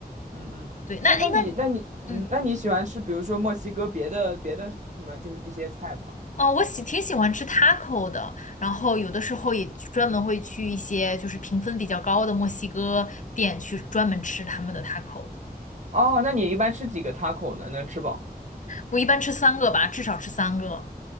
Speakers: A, on the right; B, on the left.
A: 嗯嗯，
B: 对，那诶那你嗯
A: 哎，那你那你嗯，那你喜欢吃，比如说墨西哥别的别的什么，就是一些菜吗？
B: 哦，我喜挺喜欢吃 taco 的，然后有的时候也去专门会去一些就是评分比较高的墨西哥店去专门吃他们的 taco。
A: 哦，那你一般吃几个 taco 呢？能吃饱？
B: 我一般吃三个吧，至少吃三个。